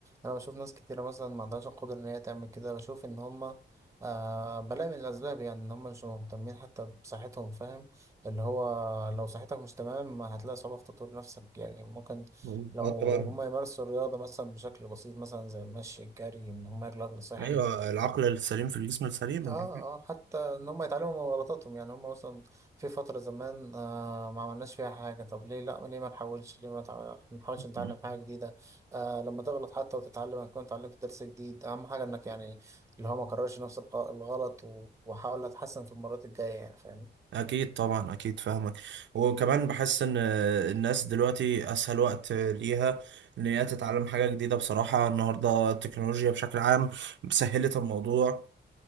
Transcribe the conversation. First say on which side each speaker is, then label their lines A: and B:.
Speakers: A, on the right; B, on the right.
A: انا بشوف ناس كتيرة مثلا ما عندهاش القدرة ان هي تعمل كده بشوف ان هما آه بلاقي من الاسباب يعني ان هما مش مهتمين حتى بصحتهم فاهم اللي هو لو صحتك مش تمام هتلاقي صعوبة في تطوير نفسك يعني ممكن
B: م.
A: لو
B: اه طبعا
A: هما يمارسوا الرياضة مثلا بشكل بسيط مثلا زي المشي الجري ان هما ياكلوا اكل صحي
B: ايوه العقل السليم في الجسم السليم
A: اه
B: انت
A: اه حتى ان هم يتعلموا من غلطاتهم يعني هم مثلا في فترة زمان آه ما عملناش فيها حاجة طب ليه لا ليه ما نحاولش ليه ما تع- نحاولش نتعلم
B: فاهم؟
A: حاجة جديدة آه لما تغلط حتى وتتعلم هتكون اتعلمت درس جديد اهم حاجة انك يعني اللي هو ما كررش نفس الغ- الغلط و- وحاول اتحسن في المرات الجاية يعني فاهم
B: اكيد طبعا اكيد فاهمك وكمان بحس ان الناس دلوقتي اسهل وقت ليها ان هي تتعلم حاجه جديده بصراحه النهارده التكنولوجيا بشكل عام سهلت الموضوع